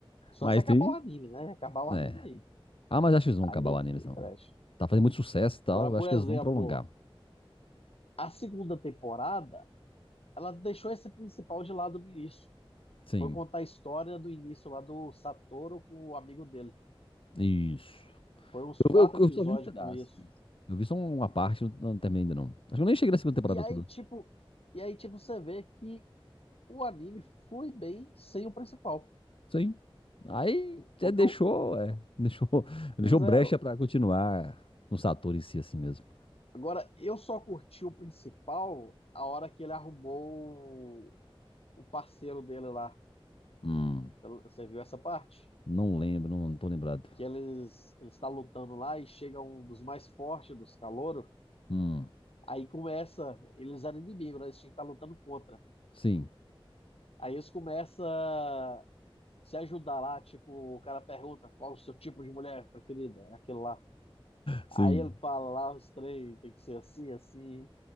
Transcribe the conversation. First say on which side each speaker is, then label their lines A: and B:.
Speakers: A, on the left (about 80°); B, on the left (about 65°).
A: Só
B: Mas
A: se acabar
B: tem.
A: o anime, né? Acabar o anime
B: É.
A: aí.
B: Ah, mas acho que eles vão
A: Aí
B: acabar
A: não
B: o anime,
A: tem
B: não.
A: creche.
B: Tá fazendo muito sucesso e tal.
A: Agora, por
B: eu Acho
A: exemplo,
B: que eles vão prolongar.
A: a segunda temporada, ela deixou esse principal de lado no início.
B: Sim.
A: Foi contar a história do início lá do Satoru com o amigo dele.
B: Isso.
A: Foram uns quatro
B: Eu, eu, eu
A: episódios
B: só vi um pedaço.
A: com isso.
B: isso. Eu vi só uma parte, eu não terminei ainda não. Acho que eu nem cheguei na segunda temporada
A: E aí,
B: toda.
A: tipo, e aí, tipo, você vê que o anime flui bem sem o principal.
B: Sim. Aí
A: Porque
B: é, deixou,
A: eu,
B: é, deixou, <laughs> deixou
A: pois
B: brecha
A: é,
B: pra continuar com o Satoru em si assim mesmo.
A: agora eu só curti o principal a hora que ele arrumou o parceiro dele lá.
B: Hum,
A: Você viu essa parte?
B: não lembro, não, não tô lembrado.
A: Que eles ele está lutando lá e chega um dos mais fortes dos caloros
B: Hum,
A: Aí começa, eles eram inimigos, né? Eles tinham que estar lutando contra.
B: sim.
A: Aí eles começam a se ajudar lá, tipo, o cara pergunta qual o seu tipo de mulher preferida, é aquele lá.
B: Sim,
A: Aí ele fala lá "Ah, os três, tem que ser assim, assim.